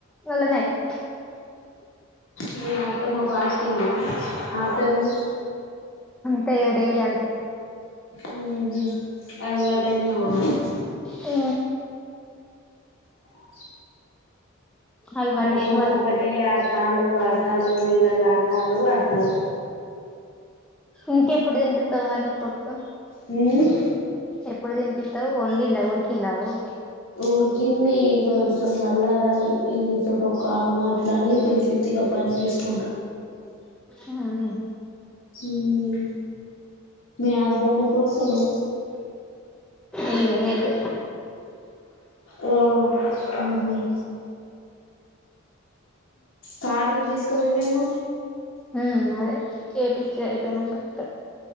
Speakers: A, in the centre; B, on the left (about 65°).
A: మళ్ళ నైట్
B: మీ అత్తమ్మ పాడ్ తిన్న ఆ సెల్ చుస్
A: ట ఇగ డైలీ అంతే
B: మ్ హు అల్వాటైదేమో ఆమెక్
A: ఆ
B: స
A: అలవాటయింది
B: నా కొడుకు
A: వాళ్ళకు
B: ఒకటే ఆడుతాండూ ఆడుతాండు నీళ్లల్ల ఆడ్ తాండూ వడుతండు
A: ఇంకెప్పుడు తినిపితావ్ మరి కొడుక్కు
B: హుమ్
A: ఎప్పుడు తినిపిత్తావు వండిందా ఉడికిందావు
B: ఉడుకింది ఇ కొంచెం చల్లారాలి నీతోటి ఒక కాల్ మాట్లాడి తినిపిత్తిగా పని చేసుకుంటా.
A: ఆహాహ
B: మ్మ్ మీ హస్బెండ్ ఎప్పుడు వస్తాడు
A: ఈవెనింగ్ అయితది
B: ఓ మ్మ్ హ్మ్ కారుకు దీసుకుపోయిన్నేమో
A: మ్మ్ అదే చేపిచ్చి అయిపోయినంక వత్తా